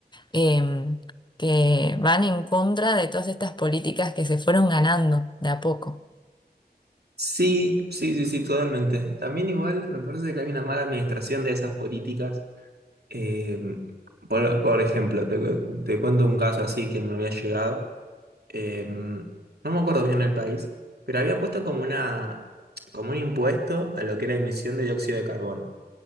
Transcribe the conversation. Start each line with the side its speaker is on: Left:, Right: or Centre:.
Left: em, que van en contra de todas estas políticas que se fueron ganando de a poco.
Right: Sí, sí, sí, sí, totalmente. También igual me parece que hay una mala administración de esas políticas Eh, por, por ejemplo, te, cu- te cuento un caso así que me había llegado. Eh, no me acuerdo bien el país, pero había puesto como una, como un impuesto a lo que era emisión de dióxido de carbono.